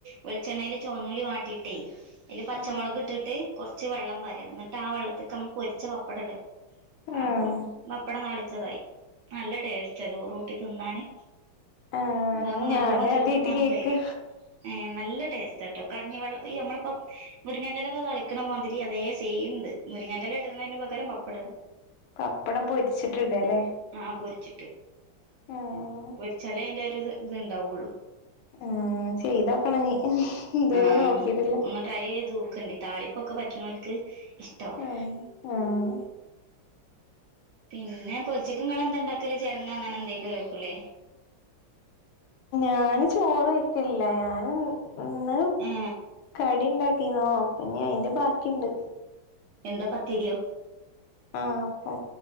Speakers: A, on the right; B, on the left.
A: വെളിച്ചെണ്ണൽ ചുവന്നൂലി വാട്ടിയിട്ടേ അല് പച്ചമുളക്
B: ആഹ്
A: ഇട്ടിട്ട് കുറ കുറച്ച് വെള്ളം പാര എന്നിട്ട് ആ വെള്ളത്തിലക്ക നമ്മ പൊരിച്ച പപ്പടം ഇട
B: ആഹ്
A: അപ്പം പപ്പടം താളിച്ചതായി നല്ല ടേസ്റ്റ് അത് ചോറൂട്ടി തിന്നാന്
B: ആഹ്
A: അതാകുമ്പോൾ നല്ലോണം
B: ഞാന്
A: ചോറ്
B: ആദ്യായിട്ട്
A: നാലും
B: കേക്ക
A: കഴുംഏ നല്ല ടേസ്റ്റ് ആട്ട് കഞ്ഞിവെള്ളം ഈ നമ്മളിപ്പ മുരിങ്ങേൻന്റെയിലൊക്കെ തളിക്കണ പോതിരി അതേ സെയിംത് മുരിങ്ങാൻന്റെല്ല ഇടന്നതിന് പകരം പപ്പട ഇട
B: പപ്പടം പൊരിച്ചിട്ട്ടല്ലേ
A: ആഹ പൊരിച്ചിട്ട്
B: ആഹ്
A: പൊരിച്ചാലേ അതിന്റെ ഒരു ഇത് ഇണ്ടാവുള്ളു
B: ഉ ചെയ്താക്കണ ന ഇതുവരെ
A: ആ
B: നോക്കിട്ടില്ല
A: ഒന്ന് ട്രൈ ചെയ്ത് നോക്കണ്ടി താളിപ്പൊക്കെ പറ്റണവലക്ക് ഇഷ്ടാവും
B: ആഹ് ആഹ്
A: പിന്നെ പൊല ക്കങ്ങൾ എന്തതുണ്ടാക്കല്േ ചെറങ്ങാ അങ്ങനെ എന്തക്കോക്കൂല്ലേ
B: ഞാന് ചോറ് വയ് ക്കില്ല ഞൻ ഇന്ന്
A: ഏ
B: കടി ഉണ്ടാക്കിന്നോ പിന്നെ അയിന്റെ ബാക്കിണ്ട്
A: എന്താ പത്തീരിയോ?
B: ആഹ പ